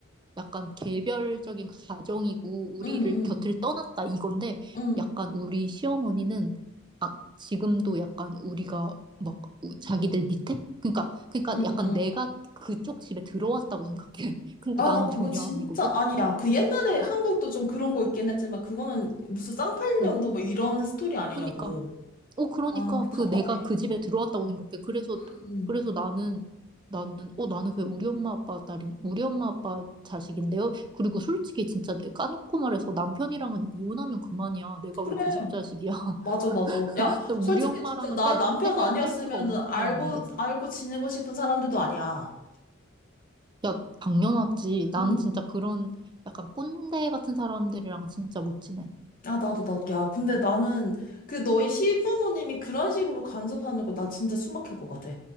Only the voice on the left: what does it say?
음.
음.
음.
음.
음.
아,
나 그거
진짜
아니야. 그 옛날에 한국도
좀 그런 거 있긴 했지만 그거는 무슨 쌍팔년도
뭐 이런 스토리 아니냐고.
아, 답답해.
응, 응.
그래.
맞아, 맞아.
야,
솔직히
진짜 나
남편
아니었으면은
알고
알고 지내고 싶은 사람들도 아니야.
응.
아, 나도 나도 야, 근데 나는 그 너희 시부모님이 그런 식으로 간섭하는 거 나 진짜 숨 막힐 것 같아.